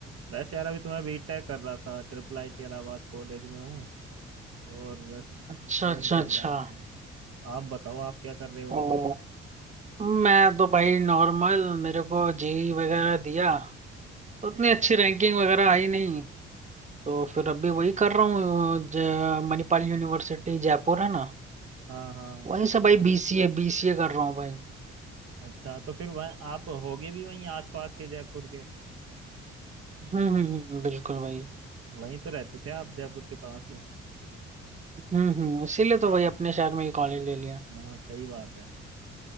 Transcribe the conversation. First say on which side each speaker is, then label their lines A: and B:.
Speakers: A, on the right; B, on the right.
A: वैसे यार अभी तो मैं बीटेक कर रहा था triple I T Allahabad college में हूँ और बस
B: अच्छा
A: यही
B: अच्छा
A: चल
B: अच्छा
A: रहा है मतलब आप बताओ आप क्या कर रहे हो
B: ओ
A: अभी
B: मैं तो भाई नॉर्मल मेरे को जेई वगैरह दिया उतनी
A: अच्छा
B: अच्छी रैंकिंग वगैरह आई नहीं तो फिर अभी वही कर रहा हूँ ज- मणिपाल यूनिवर्सिटी जयपुर है ना
A: हाँ हाँ
B: वहीं से भाई बीसीए बीसीए कर रहा हूँ भाई
A: अच्छा तो फिर वह आप होगे भी वहीं आसपास के जयपुर के
B: हम्म हम्म हम्म, बिल्कुल भाई
A: वहीं तो रहते थे आप जयपुर के पास ही
B: हम्म हम्म इसीलिए तो वही अपने शहर में ही कॉलेज ले लिया
A: हाँ सही बात है